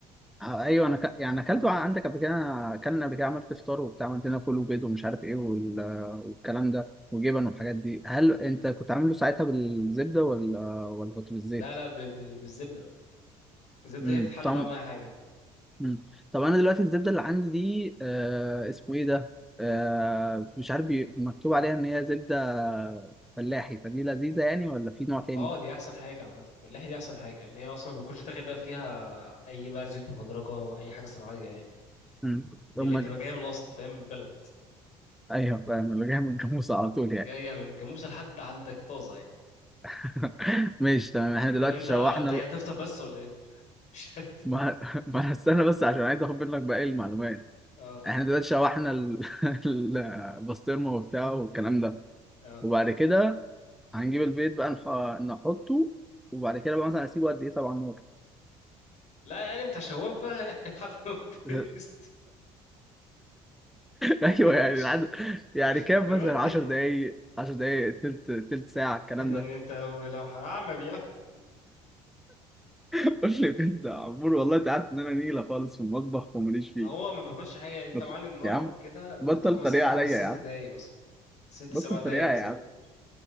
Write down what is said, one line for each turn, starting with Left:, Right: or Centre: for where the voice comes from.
Centre: آه، ايوه انا ك... يعني اكلته عندك قبل كده أنا اكلنا قبل كده عملت فطار وبتاع عملت لنا فول وبيض ومش عارف ايه وال... والكلام ده وجبن والحاجات دي هل انت
Left: مم.
Centre: كنت عامله ساعتها بالزبده ولا ولا كنت بالزيت
Left: لا لا بال بال بالزبده الزبده
Centre: امم
Left: هي بتحلي
Centre: طعم
Left: طعم اي حاجه
Centre: مم. طب انا دلوقتي الزبده اللي عندي دي آه اسمه ايه ده آه مش عارف بي- مكتوب عليها ان هي زبده فلاحي فدي لذيذه يعني ولا في نوع تاني
Left: اه دي احسن حاجه عامه في اللحيه دي احسن حاجه لان هي اصلا ما بتكونش داخل بقى فيها اي بقى زيوت مهدرجه واي حاجه صناعيه يعني
Centre: مم.
Left: دي
Centre: ثم
Left: اللي هي بتبقى جايه من الاصل فاهم من البلد
Centre: ايوه فاهم اللي جاي من الجاموسه على طول يعني
Left: جايه من الجاموسه لحد عندك طازه يعني
Centre: <laughs> ماشي تمام احنا دلوقتي
Left: طب انت
Centre: شوحنا
Left: انت ايه
Centre: ال...
Left: هتفطر بس ولا ايه <laughs> مش هت-
Centre: ما... <laughs> ما أنا استنى بس عشان عايز اخد منك باقي المعلومات
Left: اه
Centre: احنا دلوقتي شوحنا ال... <laughs> البسطرمه وبتاعه والكلام ده
Left: اه
Centre: وبعد كده هنجيب البيض بقى نح... نحطه وبعد كده بقى مثلا اسيبه قد ايه طبعا
Left: لا يعني انت شواف بقى <laughs> يعني، حد ما تبيضش.
Centre: نار ايوه يعني
Left: مش
Centre: العد... يعني
Left: مش
Centre: كام
Left: الدرجه
Centre: مثلا
Left: دي
Centre: 10 دقايق 10 دقايق تلت تلت ساعه الكلام
Left: يعني
Centre: ده
Left: انت لو لو هعمى بيعمل
Centre: <laughs> قلت لي كنت يا عمور والله انت عارف ان انا نيله خالص في المطبخ وماليش فيه
Left: هو ما بياخدش حاجه يعني انت
Centre: قلت
Left: معلي النار
Centre: يا عم
Left: وكده
Centre: بطل
Left: هتاخد مثلا
Centre: طريقه
Left: خمس
Centre: عليا
Left: ست
Centre: يا عم
Left: دقايق مثلا ست
Centre: بطل
Left: سبع دقايق
Centre: طريقه
Left: مثلا
Centre: يا عم
Left: بكتير